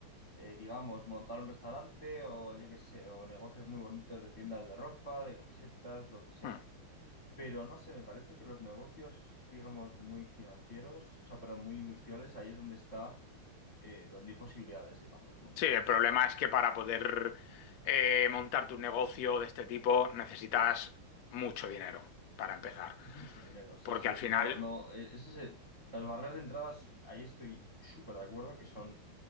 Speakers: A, on the left (about 15°); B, on the left (about 70°).
A: eh, digamos, montar un restaurante o yo qué sé, o negocios muy bonitos de tiendas de ropa, de camisetas, lo que sea.
B: Mm.
A: Pero no sé, me parece que los negocios, digamos, muy financieros, o sea, pero muy industriales, ahí es donde está, eh, donde hay posibilidades, digamos, ¿no?
B: Sí, el problema es que para poder eh, montar tu negocio de este tipo necesitas mucho dinero para empezar.
A: Mucho dinero, sí,
B: Porque
A: sí,
B: al
A: o sea,
B: final
A: no, no, eh, ese es el- las barreras de entradas, ahí estoy súper de acuerdo que son